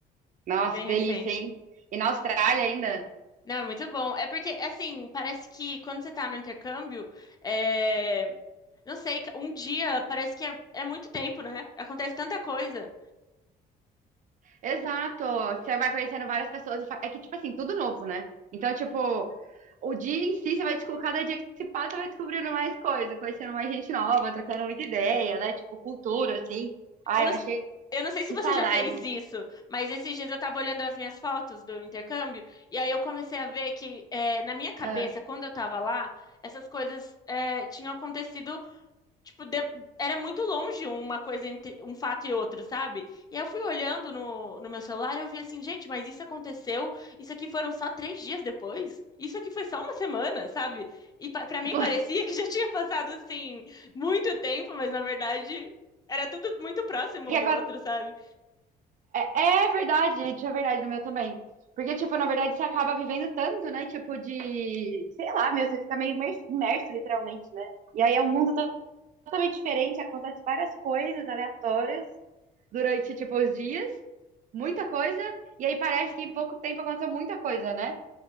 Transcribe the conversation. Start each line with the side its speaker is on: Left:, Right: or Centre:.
Right: Nossa,
Left: É bem
Right: que
Left: recente.
Right: delícia, hein? E na Austrália ainda.
Left: Não, é muito bom. É porque, assim, parece que quando você tá no intercâmbio, é, não sei, um dia parece que é é muito tempo, né? Acontece tanta coisa.
Right: Exato. Você vai conhecendo várias pessoas. e fa- É que, tipo assim, tudo novo, né? Então, tipo, o dia em si, você vai descobrir, cada dia que se passa, você vai descobrindo mais coisa, conhecendo mais gente nova, trocando muita ideia, né? Tipo, cultura, assim. Ai,
Left: Eu não,
Right: eu achei
Left: eu não sei se
Right: que
Left: você
Right: saudade.
Left: já fez isso, mas esses dias eu tava olhando as minhas fotos do intercâmbio e aí eu comecei a ver que eh, na minha cabeça,
Right: Ah,
Left: quando eu tava lá, essas coisas eh, tinham acontecido Tipo, de- era muito longe uma coisa entre um fato e outro, sabe? E aí eu fui olhando no, no meu celular e eu vi assim, gente, mas isso aconteceu, isso aqui foram só três dias depois, isso aqui foi só uma semana, sabe? E pa pra mim
Right: tipo,
Left: parecia
Right: <laughs>
Left: <laughs> que já tinha passado, assim, muito tempo, mas na verdade era tudo muito próximo
Right: que
Left: um
Right: aco-
Left: do outro, sabe?
Right: é, é verdade, tinha verdade no meu também. Porque, tipo, na verdade, você acaba vivendo tanto, né? Tipo, de, sei lá, meu, você fica meio imer- imerso, literalmente, né? E aí é um mundo to- totalmente diferente, acontece várias coisas aleatórias. durante, tipo, os dias, muita coisa, e aí parece que em pouco tempo aconteceu muita coisa, né?